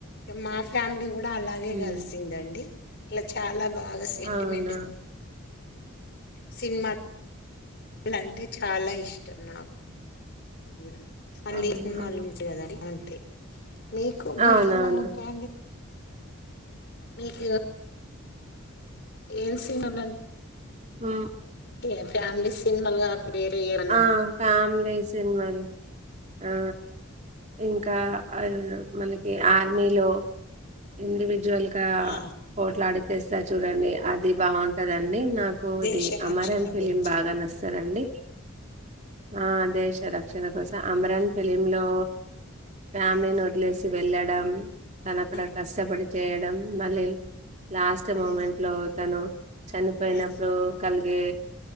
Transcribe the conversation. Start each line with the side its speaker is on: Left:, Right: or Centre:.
Left: మా ఫ్యామిలీ కూ కూడా అలాగే
Right: హ్మ్
Left: కలిసిందండి ఇట్లా చాలా బా బాగా సెంటిమెంట్
Right: అవునా
Left: సినిమా లంటే చాలా ఇష్టం నాకు కూడా మళ్ళీ
Right: అవునవును
Left: సినిమాలు ఉంటయి కదండి ఉంటయి మీకు మీకు
Right: అవునవును.
Left: ఎలా ఉంటాయండి మీకు ఏం సినిమాలంటే
Right: మ్
Left: ఏ ఫ్యామిలీ సినిమాలు కాకుండా వేరే ఏమన్నా
Right: ఆ! ఫ్యామిలీ సినిమాలు ఆ ఇంకా మనకి ఆర్మీలో ఇండివిజ జల్గా
Left: ఆ
Right: పోట్లాడి చేస్తారు చూడండి అది బాగుంటదండి డి నాకు
Left: దేశ
Right: ఇది
Left: రక్షణ
Right: అమరన్ ఫిలిం
Left: గురించి
Right: బాగా నచ్చతదండి ఆ దేశ రక్షణ కోసం అమరన్ ఫిలింలో ఫ్యామిలీని
Left: ఉమ్
Right: వదిలేసి వెళ్ళాడు డం తను అక్కడ
Left: ఉమ్
Right: కష్టపడి చేయడం మల్లేల్ లాస్ట్
Left: ఉమ్
Right: మూమెంట్ లో తను చనిపోయినప్పుడు
Left: ఉమ్
Right: కలిగే